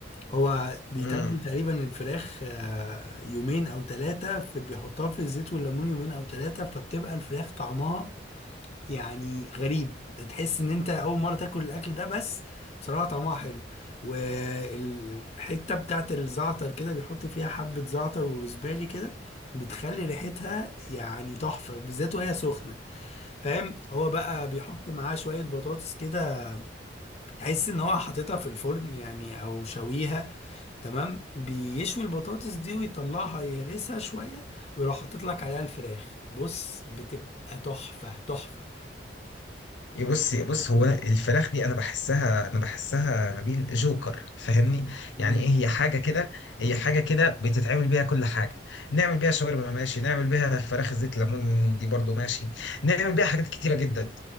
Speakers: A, on the left; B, on the left.
A: هو بيتبل
B: امم
A: تقريبا الفراخ آه، يومين أو ثلاثة في بيحطها في الزيت والليمون يومين أو ثلاثة فبتبقى الفراخ طعمها يعني غريب تحس إن أنت أول مرة تاكل الأكل ده بس بصراحة طعمها حلو والحتة بتاعت الزعتر كده بيحط فيها حبة زعتر وروزبالي كده بتخلي ريحتها يعني تحفة بالذات وهي سخنة فاهم هو بقى بيحط معاه شوية بطاطس كده تحس ان هو حاططها في الفرن يعني او شويها تمام بيشوي البطاطس دي ويطلعها يهرسها شوية ويروح حاطط لك عليها الفراخ بص بتبقى تحفة تحفة
B: إيه، بص إيه، بص هو الفراخ دي انا بحسها انا بحسها نبيل جوكر فاهمني
A: مم.
B: يعني ايه هي حاجه كده هي حاجه كده بتتعمل بيها كل حاجه نعمل بيها شاورما ماشي نعمل بيها فراخ زيت ليمون دي برضو ماشي نعمل بيها حاجات كتيره جدا